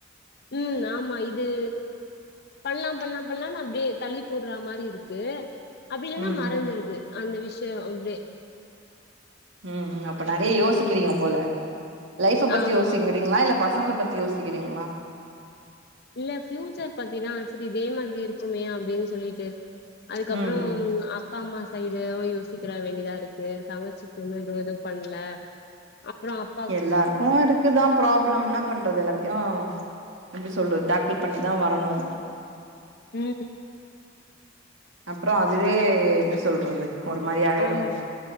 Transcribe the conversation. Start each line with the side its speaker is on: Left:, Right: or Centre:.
Left: உம் ஆமா இது பண்லா பண்லா பண்லான் அப்டியே தள்ளி போடுற மாரி இருக்கு அப்டி இல்லன்னா
Right: ம்
Left: மறந்துருது
Right: ம்
Left: அந்த விஷயோ அப்டியே
Right: ம் ம் அப்ப நெறைய யோசிக்கிறீங்க
Left: ம்
Right: போல லைஃப்ப பத்தி
Left: ஆமா
Right: யோசிக்கிறீங்களா இல்ல பசங்கள பத்தி யோ சிக்கிறீங்களா
Left: இல்ல ஃபியூச்சர் பத்திதா செரி இதே மாரி இருக்குமே அப்டின் சொல்லிட்டு அதுக்கப்புறோம்
Right: ம் ம்
Left: அப் பா அம்மா சைடு யோசிக்கிற வேண்டிய தா இருக்கு தங்கச்சிக்கு இன்னும் எது எதுவும் பண்ணல அப்றோ அப்
Right: எல்லாருக்கும் இருக்கு தா ப்ராப்ளம் என்னா பண்றது எல்லாத் தியு எப்டி சொல்றது டாக்கிள் பண்ணி தா வரணு
Left: ம்
Right: அப்பறோ அதுவே
Left: வேற
Right: எப்டி சொல்றது ஒரு மாரி ஆயிடு
Left: ஆம்